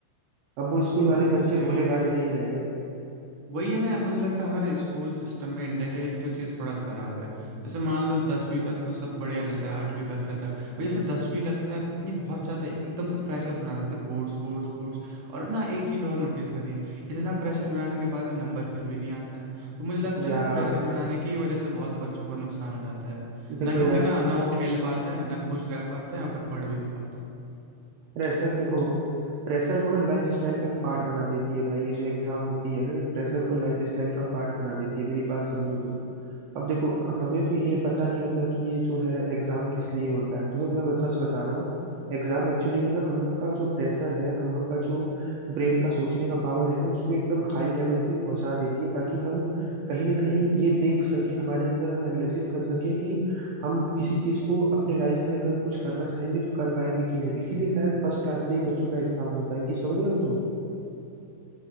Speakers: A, on the right; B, on the right.
A: अब वो स्कूल वाले
B: बात
A: बच्चे
B: तो सही
A: भोले
B: है
A: भाले नहीं रहे
B: वही है ना यार मुझे लगता है हमारे स्कूल सिस्टम में इंडिया का एक तो चीज़ थोड़ा खराब है जैसे मान लो दसवीं तक तो सब बढ़िया चलता है आठवीं कक्षा तक पर जैसे दसवीं लगता है पता नहीं बहुत ज़्यादा एकदम से प्रेशर बना देते हैं बोर्ड्स बोर्ड्स बोर्ड्स और ना एक चीज़ और नोटिस करिए इतना प्रेशर बनाने के बाद भी नंबर फिर भी नहीं आते हैं तो मुझे लगता
A: यार
B: है ना प्रेशर बनाने की वजह से बहुत बच्चों का नुकसान हो जाता है
A: देखो
B: ना क्योंकि
A: यार
B: ना ना वो खेल पाते हैं ना खुश रह पाते हैं और फिर पढ़ भी नहीं पाते
A: प्रेशर देखो प्रेशर को ना लाइफ स्टाइल का पार्ट बना देती है भाई ये जो एग्जाम होती है ना ये प्रेशर को लाइफ स्टाइल का पार्ट बना देती है मेरी बात समझो तुम अब देखो हमें तो ये पता नहीं होता कि ये जो है एग्जाम किस लिए होता है तुम्हें मैं सच बता रहा हूँ एग्जाम एक्चुअली में ना हम लोग का जो प्रेशर है हम लोग का जो ब्रेन का सोचने का पावर है ना उसको एकदम हाई लेवल पे पहुंचा देती है ताकि हम कहीं ना कहीं ये देख सके हमारे अंदर हम एनालिसिस कर सके कि हम किसी चीज को अपने लाइफ में अगर कुछ करना चाहेंगे तो कर पाएंगे कि नहीं इसीलिए शायद फर्स्ट क्लास से ही बच्चों का एग्जाम होता है ये चीज समझ रहे हो तुम